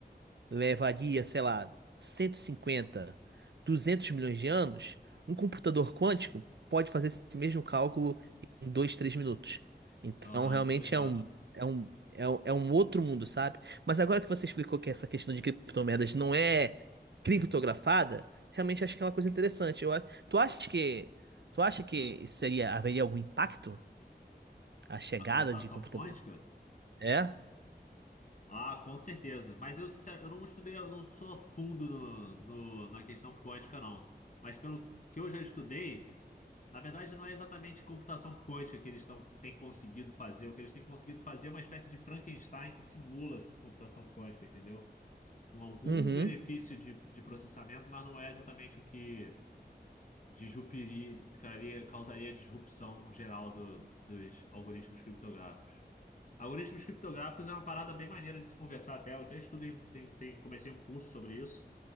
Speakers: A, on the right; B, on the left.
A: levaria, sei lá, cento e cinquenta, duzentos milhões de anos, um computador quântico pode fazer esse mesmo cálculo em 2, 3 minutos. Então,
B: aham,
A: realmente
B: tô ligado.
A: é um, é um, é um, é um outro mundo, sabe? Mas agora que você explicou que essa questão de criptomoedas não é criptografada, realmente acho que é uma coisa interessante. Eu, a- tu acha que, tu acha que seria, haveria algum impacto a chegada
B: A computação
A: de computador?
B: quântica?
A: É?
B: Ah, com certeza. Mas eu, sincero, eu não estudei, eu não sou a fundo no, no- na questão quântica, não. Mas pelo que eu já estudei. Na verdade, não é exatamente computação quântica que eles estão, têm conseguido fazer. O que eles têm conseguido fazer é uma espécie de Frankenstein que simula essa computação quântica, entendeu? Com algum
A: Uhum.
B: benefício de, de processamento, mas não é exatamente o que disrupiria, causaria, causaria disrupção geral do- dos algoritmos criptográficos. Algoritmos criptográficos é uma parada bem maneira de se conversar até. Eu até estudei, tem, tem, comecei um curso sobre isso